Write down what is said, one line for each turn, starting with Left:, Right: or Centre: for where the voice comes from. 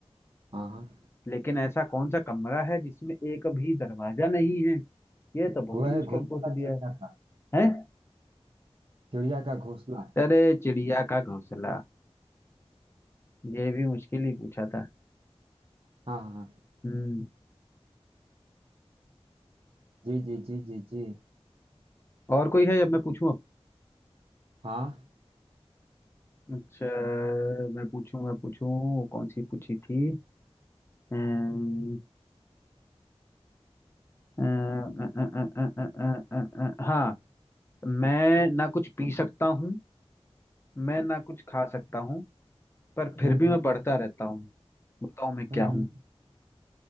Right: हाँ हाँ
Left: लेकिन ऐसा कौन सा कमरा है जिसमें एक भी दरवाजा नहीं है ये तो बहुत
Right: वह
Left: मुश्किल
Right: है घोंसला
Left: पूछ दिया
Right: चिड़िया का
Left: है हैं
Right: चिड़िया का घोंसला
Left: अरे चिड़िया का घोंसला ये भी मुश्किल ही पूछा था
Right: हाँ हाँ हाँ।
Left: हम्म
Right: जी जी जी जी जी
Left: और कोई है या मैं पूछूं अब
Right: हाँ
Left: अच्छा मैं पूछूं मैं पूछूं कौन सी पूछी थी अम्म, अ, अ, अ, अ, अ, अ, अ, अ, अ, हाँ मैं ना कुछ पी सकता हूँ मैं ना कुछ खा सकता हूँ पर फिर
Right: हम्म
Left: भी
Right: हम्म
Left: मैं बढ़ता रहता हूँ बताओ मैं क्या
Right: हम्म। हम्म।
Left: हूँ